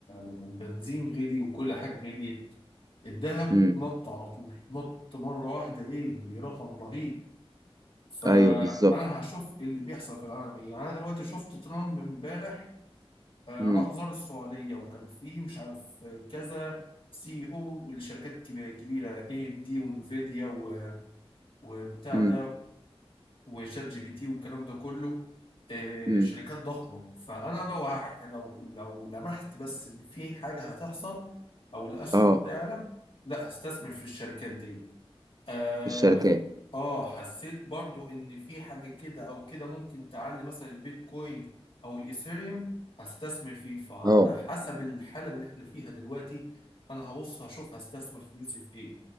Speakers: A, on the left; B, on the right.
A: لما البنزين غلي وكل حاجة غليت الذهب
B: امم
A: نط على طول نط مرة واحدة إيه برقم رهيب فأنا
B: ايوه بالظبط
A: هشوف اللي بيحصل في العالم إيه يعني أنا دلوقتي شفت ترامب إمبارح آه،
B: امم
A: راح زار السعودية وكان فيه مش عارف كذا سي او لشركات كب- كبيرة اي ام دي وانفيديا و- وبتاع
B: امم
A: ده وشات جي بي تي والكلام ده كله آه،
B: امم
A: شركات ضخمة فأنا لو هح- لو لو لمحت بس إن في حاجة هتحصل أو الأسهم
B: اه
A: هتعلى لا هستثمر في الشركات دي آه
B: في الشركات
A: آه حسيت برضو إن في حاجة كده أو كده ممكن تعلي مثلا البيتكوين أو الإيثيريوم هستثمر فيه فعلى
B: اه
A: حسب الحالة اللي إحنا فيها دلوقتي أنا هبص هشوف هستثمر فلوسي في إيه